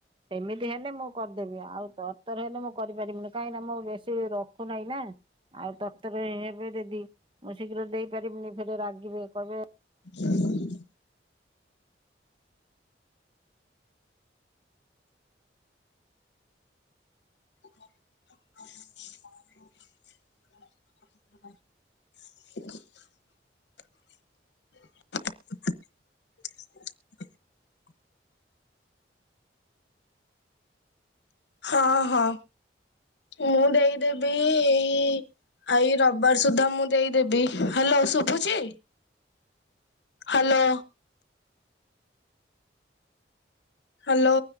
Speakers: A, on the right; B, on the left.
A: ସେମିତି ହେଲେ ମୁଁ କରିଦେବି ଆଉ, ତର ତର ହେଲେ ମୁଁ କରିପାରିବିନି, କାହିଁକି ନା ମୁଁ ବେଶୀ ରଖୁନାହିଁ ନା। ଆଉ ତକ୍ତର ହେବେ ଯଦି, ମୁଁ ଶୀଘ୍ର ଦେଇପାରିବିନି, ଫେରେ ରାଗିବେ, କହିବେ
B: ହ <unintelligible> <unintelligible> ହ <unintelligible> <unintelligible> ହଁ, ହଁ, ମୁଁ ଦେଇଦେବି ଏଇ ଆଇ ରବିବାର ସୁଧା ମୁଁ ଦେଇଦେବି, ହାଲୋ ଶୁଭୁଛି। ହାଲୋ। ହାଲୋ।